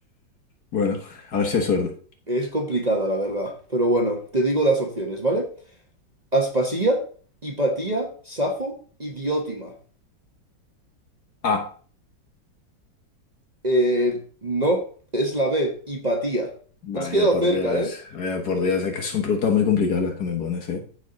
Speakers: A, on the left; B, on the right.
A: Bueno, a ver si hay suerte.
B: Es complicada, la verdad, pero bueno, te digo las opciones, ¿vale? Aspasía, Hipatía, Safo y Diótima.
A: A.
B: Eh, no, es la B, Hipatía.
A: Vaya
B: Te has quedado
A: por
B: cerca,
A: Dios.
B: ¿eh?
A: Vaya por Dios. Es que son preguntas muy complicadas las que me pones, ¿eh?